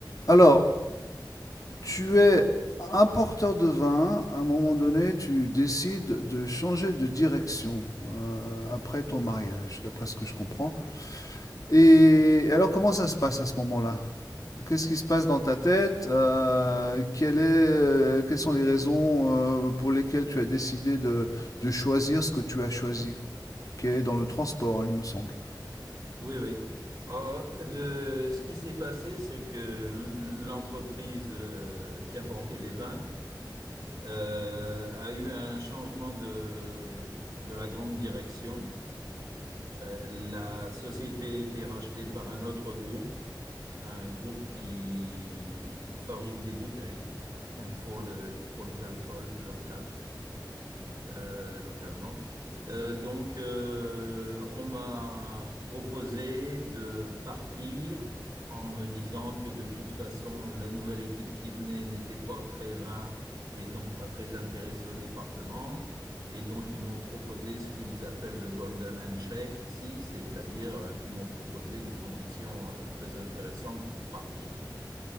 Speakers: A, on the left; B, on the right.
A: Alors, tu es importeur de vin, à un moment donné, tu décides de changer de direction euh, après ton mariage, d'après ce que je comprends. Et alors, comment ça se passe à ce moment-là? Qu'est-ce qui se passe dans ta tête? Euh, quelle est, euh, quelles sont les raisons euh, pour lesquelles tu as décidé de, de choisir ce que tu as choisi, qui est dans le transport, hein, il me semble.
B: Oui, oui. Alors, le, ce qui s'est passé, c'est que l- l'entreprise euh, qui importait les vins euh, a eu un changement de, de la grande direction. Euh, la société a été rachetée par un autre groupe, un groupe qui fabrique des bouteilles <laughs> pour le, pour les alcools locaux euh, localement. Euh, donc, euh, on m'a proposé de partir en me disant que de toute façon, la nouvelle équipe qui venait n'était pas très vain et donc pas très intéressée au département. Et donc, ils m'ont proposé ce qu'ils appellent le Golden Handshake ici, c'est-à-dire euh, qu'ils m'ont proposé des conditions euh, très intéressantes pour partir.